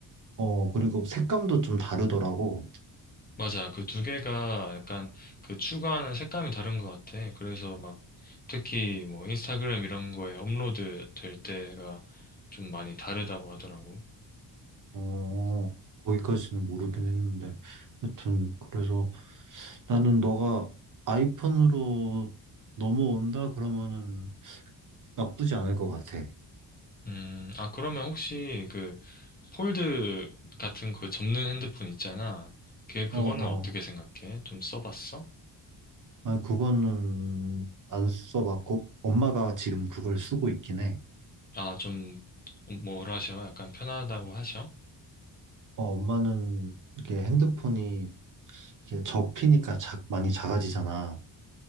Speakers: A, on the right; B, on the left.
A: 어, 그리고 색감도 좀 다르더라고.
B: 맞아. 그 두 개가 약간 그 추구하는 색감이 다른 것 같아. 그래서 막 특히 뭐 인스타그램 이런 거에 업로드 될 때가 좀 많이 다르다고 하더라고.
A: 어, 거기까지는 모르긴 했는데. 하여튼, 그래서 나는 너가 아이폰으로 넘어온다 그러면은 나쁘지 않을 것 같아.
B: 음, 아, 그러면 혹시 그 폴드 같은 그 접는 핸드폰 있잖아. 걔 그거는
A: 어, 어.
B: 어떻게 생각해? 좀 써봤어?
A: 아, 그거는 안 써봤고, 엄마가 지금 그걸 쓰고 있긴 해.
B: 아, 좀, 뭐라 하셔? 약간 편하다고 하셔?
A: 어, 엄마는 이게 핸드폰이 이게 접히니까 작, 많이 작아지잖아.